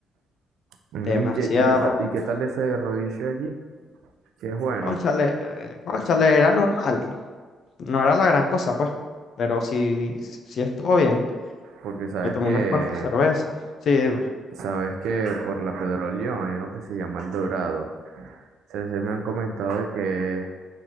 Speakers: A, on the right; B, on the left.
A: Mm,
B: demasiado.
A: ¿Y qué, y qué, ta- y qué tal ese rodillo allí? Que es bueno,
B: Cónchale, eh, cónchale, era normal, no era la gran cosa, pues, pero sí, sí estuvo bien.
A: porque sabes
B: Me tomé
A: que
B: unas cuantas cervezas. Sí, dime.
A: Sabes que por la Pedro León hay uno que se llama El Dorado. Se, se me han comentado de que,